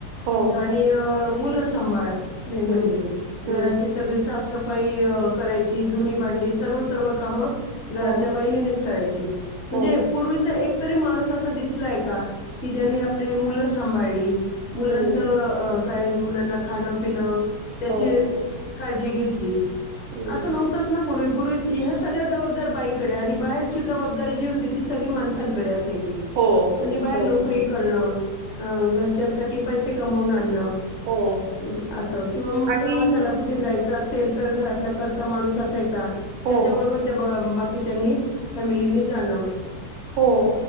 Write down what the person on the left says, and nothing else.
आणि अ मुलं सांभाळ. मेन
म्हणजे
घराची सगळी साफसफ सफाई करायची धुनी भांडी सर्व -सर्व कामं घरातल्या
महिलेनीच करायची म्हणजे
पूर्वीच एक एक तरी माणूस असा दिसलाय का? की ज्यांनी आपली मुलं सांभाळली. मुलांचं
काही मुलांना खाणं पिणं त्याची
काळजी घेतली.
अस नव्हतच ना पूर्वी पूर्वी -ह्या सगळ्या जबाबदार बाईकडे. आणि बाहेरची जबाबदारी जी होती. ती सगळी माणसांकडे अस असायची
म्हणजे बाहेर
नोकरी करण अ.. घरच्यांसाठी पैसे कमवून आनन. हं..
असं किंवा मग
प्रवासाला कुठे जायच? अस असेल. तर घरातला कर्ता माणूस असायचा.
त्याच्या बरोबर त्या बा.. बा बाकीच्यांनी फॅमिलीनी जाण